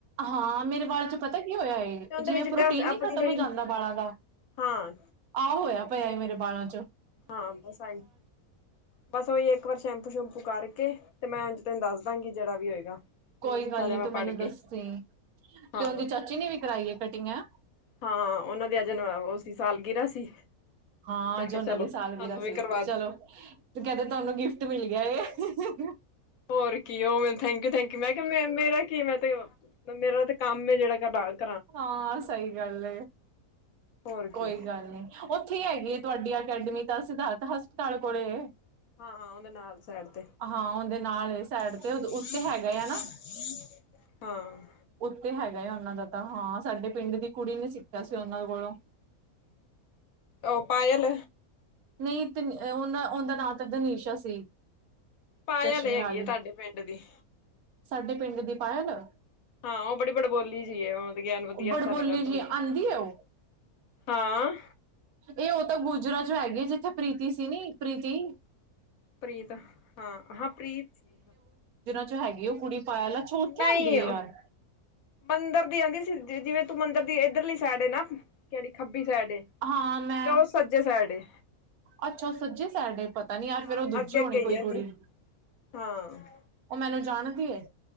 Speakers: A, on the right (about 80°); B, on the left (about 70°).
A: ਹਾਂ ਮੇਰੇ ਵਾਲ ਚ ਪਤਾ ਕੀ ਹੋਇਆ
B: ਤੇ ਉਹਦੇ
A: ਜਿਵੇਂ
B: ਵਿੱਚ
A: ਪ੍ਰੋਟੀਨ
B: ਡਸ ਆਪਣੀ
A: ਨ ਖ਼ਤਮ
B: ਜਿਹੜੀ
A: ਹੋ ਜਾਂਦਾ ਵਾਲਾਂ ਦਾ।
B: ਹਾਂ
A: ਆਹੋ ਹੋਇਆ ਪਾਇਆਏ ਮੇਰੇ ਬਾਲਾਂ ਚੋਂ।
B: ਹਾਂ ਬਸ ਆਈ ਬਸ ਉਹੀ ਇੱਕ ਵਾਰ ਸ਼ੈਂਪੂ ਸ਼ੈਂਪੂ ਕਰਕੇ। ਤੇ ਮੈਂ ਉ ਤੈਨੂੰ ਦੱਸ ਦਾਂਗੀ ਜਿਹੜਾ ਵੀ ਹੋਏਗਾ।
A: ਕੋਈ
B: ਨੁਸਖਾ
A: ਗੱਲ
B: ਜਿਹਾ
A: ਨੀ
B: ਮੈਂ
A: ਤੂੰ ਮੈਨੂੰ
B: ਪੜ੍ਹ
A: ਦੱਸ
B: ਕੇ
A: ਤੇ
B: ਹਾਂ
A: ਉਹਦੀ ਚਾਚੀ ਨੇ ਵੀ ਕਰਾਈ ਹੈ ਕਟਿੰਗ ਹੈ।
B: ਹਾਂ ਉਹਨਾਂ ਦੀ ਅਜਨ ਉਹ ਸੀ ਸਾਲਗਰਾ ਸੀ।
A: ਹਾਂਜ
B: ਮੈਂ ਕਿਹਾ
A: ਉਹਨਾਂ
B: ਚਲੋ
A: ਦੀ
B: ਤੁਹਾਨੂੰ
A: ਸਾਲ ਗਰਾ ਸੀ
B: ਵੀ ਕਰਵਾ
A: ਚਲੋ
B: ਦੀ
A: ਤੇ ਕਹਿੰਦੇ ਤੁਹਾਨੂੰ ਗਿਫਟ ਮਿਲ ਗਿਆ ਹੈ। <unintelligible>
B: ਹੋਰ ਕੀ ਉਹ ਮ ਥੈਂਕ ਯੂ ਥੈਂਕ ਯੂ ਮੈਂ ਕਿਹਾ ਮ ਮੇਰਾ ਕੀ ਮੈਂ ਤੇ। ਮੇਰਾ ਤੇ ਕੰਮ ਜਿਹੜਾ ਕਰ।
A: ਹਾਂ ਸਹੀ ਗੱਲ
B: ਹੋਰ
A: ਕੋਈ
B: ਕੀ
A: ਗੱਲ ਨੀ ਉੱਥੇ ਹੈਗੀ। ਤੁਹਾਡੀ ਅਕੈਡਮੀ ਤਾਂ ਸਿਧਾਰਥ ਹਸਪਤਾਲ ਕੋਲੇ ਹੈ।
B: ਹਾਂ ਉਹਦੇ ਨਾਲ ਸਾਈਡ ਤੇ ਹੂੰ
A: ਹਾਂ ਉਹਦੇ ਨਾਲ ਏ ਸਾਈਡ ਤੇ
B: ਹੂੰ
A: ਉੱਤੇ ਹੈਗਾ ਆ ਨਾ
B: ਹੂੰ। ਹਾਂ।
A: ਉੱਤੇ ਹੈਗਾ ਉਹਨਾਂ ਦਾ ਤਾਂ ਹਾਂ ਸਾਡੇ ਪਿੰਡ ਦੀ ਕੁੜੀ ਨੇ ਸਿੱਖਿਆ ਸੀ ਉਹਨਾਂ ਕੋਲੋਂ?
B: ਉਹ ਪਾਇਲ।
A: ਨਹੀਂ ਤੇ ਉਹਨਾ ਉਹਦਾ ਨਾਂ ਤਾਂ ਦਨੀਸ਼ਾ ਸੀ।
B: ਪਾਇਲ
A: ਚਸ਼ਮੇ
B: ਹੈਗੀ
A: ਆਲੀ
B: ਹੈ ਤੁਹਾਡੇ ਪਿੰਡ ਦੀ।
A: ਸਾਡੇ ਪਿੰਡ ਦੀ ਪਾਇਲ।
B: ਹਾਂ ਉਹ ਬੜੀ ਬੜਬੋਲੀ ਜੀ ਉਹ। ਗਿਆਨ ਵਧੀਆ
A: ਬੜਬੋਲੀ
B: ਸਾਡੇ ਦਾ ਸਲੂਕ
A: ਜੀ ਆਂਦੀ ਏ ਉਹ
B: ਹਾਂ।
A: ਇਹ ਉਹ ਤਾਂ ਗੁਜਰਾ 'ਚ ਹੈਗੀ ਆ ਜਿੱਥੇ ਪ੍ਰੀਤੀ ਸੀ ਨੀ ਪ੍ਰੀਤੀ।
B: ਪ੍ਰੀਤ ਹਾਂ ਹਾਂ ਪ੍ਰੀਤ ਸੀ।
A: 'ਚ ਹੈਗੀ ਉਹ ਕੁੜੀ ਪਾਇਲ ਅੱਛਾ ਉੱਥੇ
B: ਨਹੀਂ
A: ਆਉਦੀ ਹੈ ਯਾਰ।
B: ਮੰਦਿਰ ਦੀ ਆਂਦੀ ਜਿਵੇਂ ਤੂੰ ਮੰਦਿਰ ਦੀ ਇੱਧਰਲੀ ਸਾਈਡ ਹੈ ਨਾ ਕਿਹੜੀ ਖੱਬੀ। ਸਸੇਡ ਹੈ
A: ਹਾਂ ਮੈਂ
B: ਤੇ ਉਹ ਸੱਜੇ ਸੇਡ ਹੈ।
A: ਅੱਛਾ ਉਹ ਸੱਜੇ ਸੇਡ ਹੈ ਪਤਾ ਨੀ
B: ਹਾਂ
A: ਯਾਰ ਫੇਰ ਉਹ ਦੂਜੀ
B: ਅੱਗੇ
A: ਹੋਣੀ
B: ਅੱਗੇ
A: ਕੋਈ
B: ਈ ਆਂਦੀ
A: ਕੁੜੀ।
B: ਹਾਂ।
A: ਉਹ ਮੈਨੂੰ ਜਾਣਦੀ ਹੈ?